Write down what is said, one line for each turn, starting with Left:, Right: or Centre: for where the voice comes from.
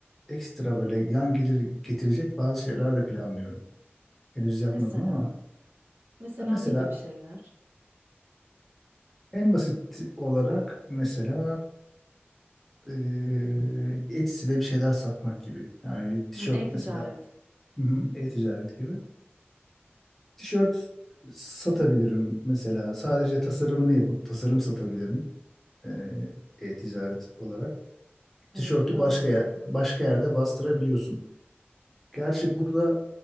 Centre: ekstra böyle yan gelir getirecek bazı şeyler de planlıyorum. Henüz yapmadım
Right: Mesela.
Centre: ama
Right: Mesela
Centre: ya mesela
Right: ne gibi şeyler?
Centre: en basit olarak mesela e, Etsy'de bir şeyler satmak gibi. Yani bir tişört
Right: Hı, E-ticaret.
Centre: mesela. Hı hı, E-ticaret gibi. Tişört satabilirim mesela. Sadece tasarımını yapıp tasarım satabilirim e, e-ticaret olarak. Tişörtü
Right: Evet, daha
Centre: başka
Right: mantıklı.
Centre: yer, başka yerde bastırabiliyorsun. Gerçi burada